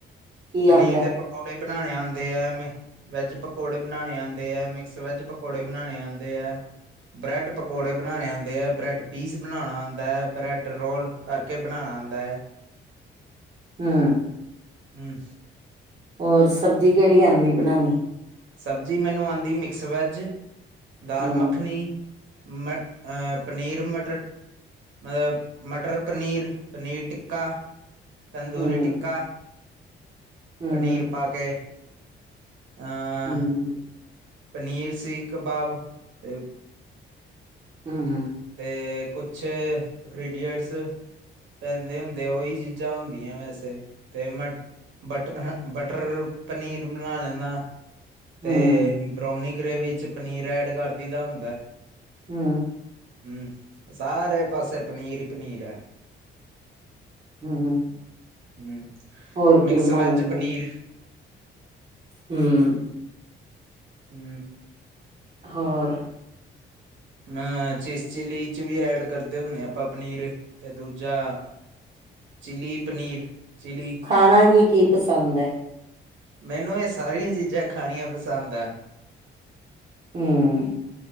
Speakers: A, on the right (about 35°); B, on the right (about 70°).
A: ਕੀ
B: ਪਨੀਰ
A: ਆਂਦਾ
B: ਦੇ ਪਕੌੜੇ ਬਣਾਣੇ ਆਂਦੇ ਆ ਐਵੇਂ। ਵੈੱਜ ਪਕੌੜੇ ਬਣਾਣੇ ਆਂਦੇ ਐ, ਮਿਕਸ ਵੈੱਜ ਪਕੌੜੇ ਬਣਾਣੇ ਆਂਦੇ ਐ। ਬ੍ਰੈਡ ਪਕੌੜੇ ਬਣਾਣੇ ਆਂਦੇ ਆ ਬ੍ਰੈਡ ਪੀਸ ਬਣਾਣਾ ਆਂਦਾ ਬ੍ਰੈਡ ਰੋਲ ਕਰਕੇ ਬਣਾਣਾ ਆਂਦਾ।
A: ਹੂੰ,
B: ਹੂੰ,
A: ਔਰ, ਸਬਜ਼ੀ ਕਿਹੜੀ ਆਂਦੀ? ਬਣਾਣੀ
B: ਸਬਜ਼ੀ ਮੈਨੂੰ ਆਂਦੀ ਮਿਕਸ ਵੈਜ, ਦਾਲ
A: ਹੂੰ
B: ਮੱਖਣੀ ਮ ਅ ਪਨੀਰ-ਮਟਰ ਮਤਲਬ, ਮਟਰ-ਪਨੀਰ, ਪਨੀਰ ਟਿੱਕਾ। ਤੰਦੂਰੀ
A: ਹੂੰ
B: ਟਿੱਕਾ,
A: ਹੂੰ
B: ਪਨੀਰ ਪਾਕੇ। ਆ
A: ਹੂੰ
B: ਪਨੀਰ ਸੀ ਕਬਾਬ, ਤੇ
A: ਹੂੰ,
B: ਤੇ, ਕੁਛ ਕ੍ਰੀਡੀਅਟਸ ਪੈਂਦੇ ਹੁੰਦੇ। ਉਹੀ ਚੀਜ਼ਾਂ ਹੁੰਦੀਆਂ ਵੈਸੇ, ਤੇ ਮ ਬਟਰ-ਬਟਰ ਪਨੀਰ ਬਣਾ ਲੈਨਾ। ਤੇ,
A: ਹੂੰ
B: ਬ੍ਰੋਨੀ ਗ੍ਰੇਵੀ'ਚ ਪਨੀਰ ਐਡ ਕਰ ਦਈ ਦਾ ਹੁੰਦਾ।
A: ਹੂੰ,
B: ਹੂੰ, ਸਾਰੇ ਪਾਸੇ ਪਨੀਰ ਈ ਪਨੀਰ ਆ।
A: ਹੂੰ, ਹੂੰ।
B: ਹੂੰ,
A: ਹੋਰ
B: ਮਿਕਸ
A: ਕੀ ਬਣਾ
B: ਵੈਜ
A: ਲੈਂਦੇ
B: ਪਨੀਰ।
A: ਹੂੰ।
B: ਹੂੰ,
A: ਹੋਰ?
B: ਮੈਂ ਚਿਸ ਚਿੱਲੀ'ਚ ਵੀ ਐਡ ਕਰਦੇ ਹੁੰਨੇ ਆ ਆਪਾਂ ਪਨੀਰ, ਤੇ ਦੂਜਾ ਚਿੱਲੀ ਪਨੀਰ, ਚਿੱਲੀ।
A: ਖਾਣਾ ਕੀ ਕੀ ਪਸੰਦ ਐ
B: ਮੈਨੂੰ, ਏ ਸਾਰੀਆਂ ਚੀਜ਼ਾਂ ਖਾਣੀਆਂ ਪਸੰਦ ਆ।
A: ਹੂੰ,